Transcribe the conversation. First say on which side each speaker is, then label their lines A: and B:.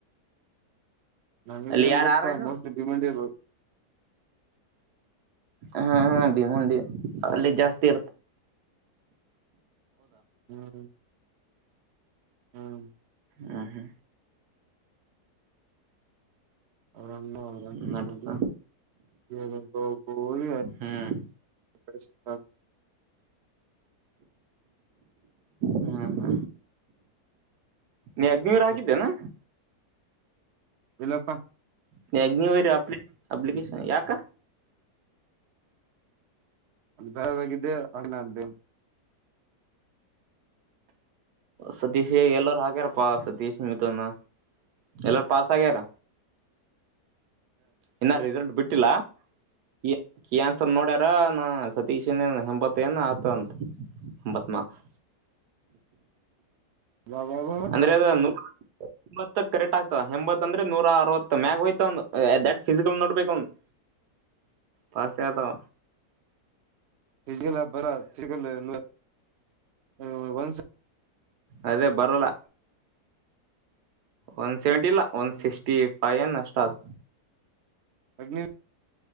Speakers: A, on the right; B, on the right.
A: ನನಗ್
B: ಅಲ್ಲಿ
A: ಏನ್
B: ಯಾರ
A: ಗೊತ್ತಾ
B: ಆರ ಏನು
A: ಮೋಸ್ಟ್ಲಿ ಬಿಮಂಡಿದು
B: ಹಾ ಹಾ ಭೀಮಂಡಿ ಅಲ್ಲಿ ಜಾಸ್ತಿ ತೀರ್ತ್
A: ಹ್ಮ್ ಹ್ಮ್
B: ಹಾ ಹಾ
A: <unintelligible>
B: ಹ್ಮ್ ನಡತ
A: <unintelligible>
B: ಹ್ಮ್ ಹ್ಮ್ ಹ್ಮ್ ನೀ ಅಗ್ನಿವರ ಆಗಿದ್ದೇನಾ
A: ಮತ್ತೆ ಇಲ್ಲಪ್ಪಾ
B: ನೀ ಅಗ್ನಿವೇರಿ ಅಪ್ಲಿ ಅಪ್ಲಿಕೇಶನ್ ಯಾಕ
A: ಅದ್ ಬ್ಯಾರೆದಾಗಿದ್ದೆ ಆಗ್ ನಾನ್
B: ಸತೀಶ್ ಎಲ್ಲಾರ ಆಗ್ಯಾರ ಪಾ ಸತೀಶ್ ಮಿಥುನ್ ಎಲ್ಲಾರ ಪಾಸ್ ಆಗ್ಯಾರ ಇನ್ನ ರಿಸಲ್ಟ್ ಬಿಟ್ಟಿಲ್ಲ ಈ ಅನ್ಸರ್ ನೋಡ್ಯಾರ ನ ಸತೀಶನ್ ಹೆಂಬತ್ತ ಏನ್ ಆತಂತ ಎಂಬತ್ ಮಾರ್ಕ್ಸ್
A: ಬಾ ಬಾ ಬಾ
B: ಅಂದ್ರೆ ಅದು ಎಂಬತ್ತ ಕರೆಕ್ಟ್ ಆಗ್ತಾವ ಎಂಬತ್ ಅಂದ್ರೆ ನೂರ ಅರವತ್ತ ಮ್ಯಾಗ ಹೋಯ್ತ್ ಅವ್ನ್ದ್ ಫಿಸಿಕಲ್ ನೋಡ್ಬೇಕು ಅವಂದು ಪಾಸದಾವ
A: ಫಿಜಿಕಲ್ ಅಪೇರ ಫಿಜಿಕಲ್ <unintelligible> ಹ ಒಂದ್ಸ
B: ಅದೇ ಬರೋಲ್ಲ ಒನ್ ಸೆವೆಂಟಿ ಇಲ್ಲ ಒನ್
A: ಹ್ಮ್
B: ಸಿಕ್ಸ್ಟಿ ಫೈವ ಅನ್ ಅಷ್ಟ್ ಹೌದ್
A: ಅಗ್ನಿ